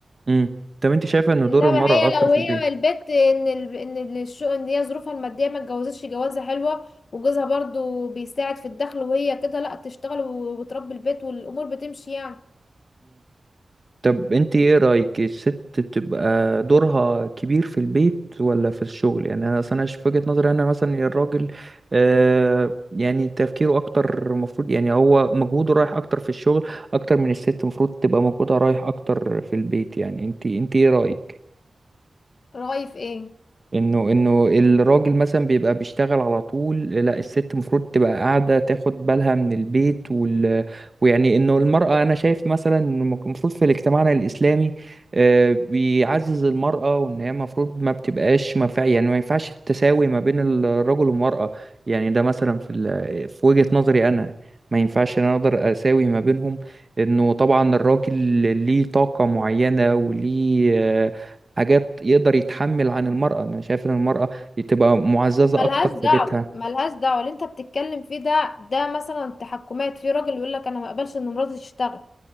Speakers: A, on the right; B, on the left.
A: امم طب انت شايفة ان دور
B: انما
A: المرأة
B: هي
A: اكتر
B: لو
A: في
B: هي
A: البيت
B: البيت ان ال... ان الشغل ان هي ظروفها الماديه ما اتجوزتش جوازه حلوه وجوزها برضو بيساعد في الدخل وهي كده لا تشتغل و- وتربي البيت والامور بتمشي يعني
A: طب انت ايه رأيك الست بتبقى دورها كبير في البيت ولا في الشغل يعني انا اصلا في وجهة نظري انا مثلا يا الراجل آه يعني تفكيره اكتر المفروض يعني هو مجهوده رايح اكتر في الشغل اكتر من الست المفروض تبقى مجهودها رايح اكتر في البيت يعني انت انت ايه رأيك
B: رأي في ايه
A: انه انه الراجل مثلا بيبقى بيشتغل على طول لا الست المفروض تبقى قاعده تاخد بالها من البيت وال... ويعني انه المراه انا شايف مثلا إنه المفروض في مجتمعنا الاسلامي آه، بيعزز المراه وان هي المفروض ما بتبقاش ما فيع- يعني ما ينفعش التساوي ما بين الرجل والمراه يعني ده مثلا في ال... في وجهه نظري انا ما ينفعش انا اقدر اساوي ما بينهم انه طبعا الراجل ليه طاقه معينه وليه آه، حاجات يقدر يتحمل عن المرأة أنا شايف إن المرأة تبقى معززة
B: ملهاش
A: أكتر في
B: دعوة
A: بيتها
B: ملهاش دعوة اللي انت بتتكلم فيه ده ده مثلا تحكمات في راجل يقول لك انا ما اقبلش ان مراتي تشتغل